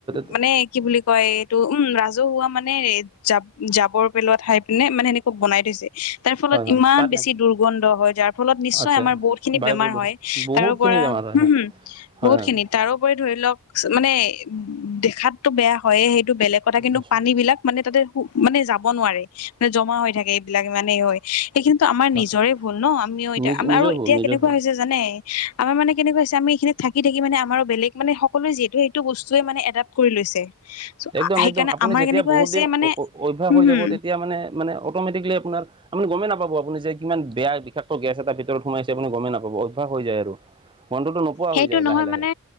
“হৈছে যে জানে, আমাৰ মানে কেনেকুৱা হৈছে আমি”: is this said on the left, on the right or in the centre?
Left